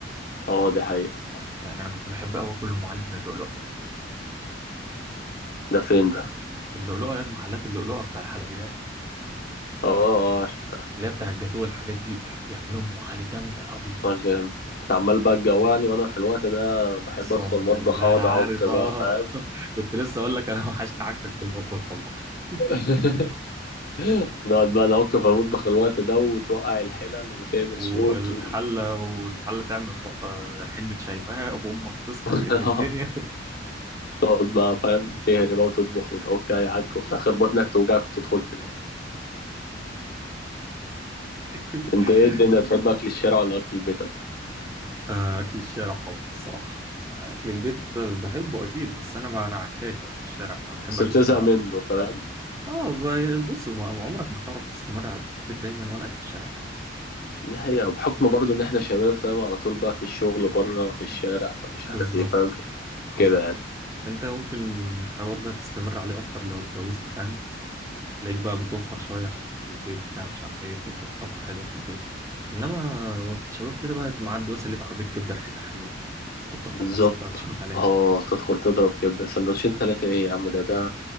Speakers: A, on the left; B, on the right.
A: اه دي حقيقه
B: يعني انا كنت بحب قوي اكل ام علي من اللؤلؤه
A: ده فين ده
B: اللؤلؤه يا محلات اللؤلؤه بتاع الحلويات
A: اه اه شفتها
B: اللي هي بتاع الجاتوه والحاجات دي كانوا بيعملوا ام علي جامده قوي
A: اه جامد انت عمال بقى تجوعني وانا في الوقت ده بحب
B: اقسم
A: ادخل المطبخ
B: بالله
A: اقعد
B: انا عارف
A: اعك بقى
B: اه
A: فاهم
B: <laughs> كنت لسه اقول لك انا وحشني عكك في المطبخ والله <laughs>
A: <laughs> نقعد بقى نعك في المطبخ الوقت ده وتوقع الحلل وتعمل
B: والحله
A: صوت و...
B: والحله تعمل آه، حنه شيماء وامك تصحى
A: <laughs>
B: تقلب الدنيا
A: تقعد بقى فاهم تهري بقى وتطبخ وتعك عك وفي الاخر بطنك توجعك وتدخل تنام
B: <laughs>
A: انت ايه الدنيا بتحب اكل الشارع ولا اكل البيت أكتر؟
B: آه، أكل الشارع طبعا الصراحة آه، أكل البيت بحبه أكيد بس أنا بقى أنا عكاك في أكل الشارع فأنا بحب
A: بس
B: أكل
A: بتزهق
B: الشارع
A: منه
B: أكتر
A: فاهم
B: آه ب- بص ما- عمرك ما تعرف تستمر على أكل البيت دايما ولا أكل الشارع ده
A: دي حقيقة بحكم برضه ان احنا شباب فاهم على طول بقى في الشغل بره في الشارع فمش
B: بالظبط
A: عارف ايه فاهم
B: حصل
A: كده يعني
B: أنت ممكن الحوار ده تستمر عليه أكتر لو اتجوزت فاهم تلاقيك بقى بتوفر شوية عشان أكل البيت بتاع مش عارف إيه تطبخ طبخة حلوة في البيت إنما وقت الشباب كده بقى معدي مثلا لقيت عربية كبدة ريحتها حلوة تدخل تخبط
A: بالظبط
B: لك سندوتشين تلاتة
A: اه تدخل تضرب كبدة سندوتشين تلاتة ايه يا عم ده ده